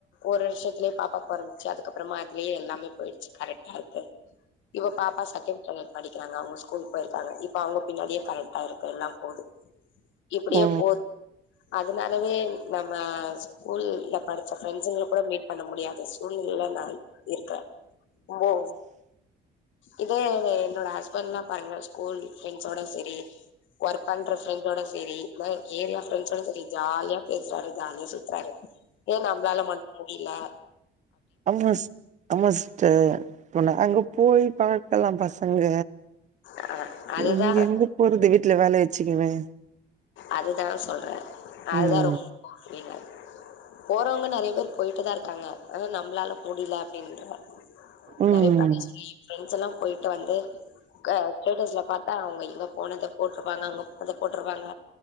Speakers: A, on the left; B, on the right.
A: ஒரு வருஷத்துலயே பாப்பா பொறந் ச்சு அதுக்கப்புறமா அதுலயே எல்லாமே போய்ருச்சு கரெக்டா இருக்கு இப்ப பாப்பா செகண்ட் ஸ்டாண்டர்ட் படிக்கறாங்க அவுங்க ஸ்கூல் போயிருக்காங்க இப்ப அவுங்க பின்னாடியே <unintelligible> போது இப்டியே
B: ஓ
A: போ அதனாலவே நம்ம ஸ்கூல் நா படிச்ச ஃப்ரெண்ட்ஸுங்கள கூட மீட் பண்ண முடியாது சூழ்நிலைல நாய் இருக்க ரொம்போ இதே என்னோட ஹஸ்பண்ட்ல்லா பாருங்கல ஸ்கூல் ஃப்ரெண்ட்ஸோட செரி ஒர்க் பண்ற ஃப்ரெண்ட்டோட சேரி ஏரியா ஃப்ரெண்ட்ஸ்சோட சேரி ஜாலியா பேசுறாரு ஜாலியா சுத்தறாரு ஏ நம்பளால மட் முடிலா
B: அம்மாஸ் அம்மாஸ் ஸ்ட்ர போன அங்க போய் பழகல்லா பசங்க
A: ஆ அதுதா
B: இங்க எங்க போறது வீட்ல வேல வச்சுக்குனு
A: அதுதா சொல்ற நா
B: ம்
A: அதுதா ரொம் <unintelligible> போறவுங்க நெறைய பேரு போயிட்டுதா இருக்காங்க ஆனா நம்பளால முடில அப்டின்ற
B: ம்
A: நெறைய பேருட்ட சொல்லியு எ ஃப்ரெண்ட்ஸெல்லா போய்ட்டு வந்து கா ஸ்டேட்டஸ்ல பாத்தா அவுங்க இங்க போனத போட்ருப்பாங்க அங்க போனத போட்ருப்பாங்க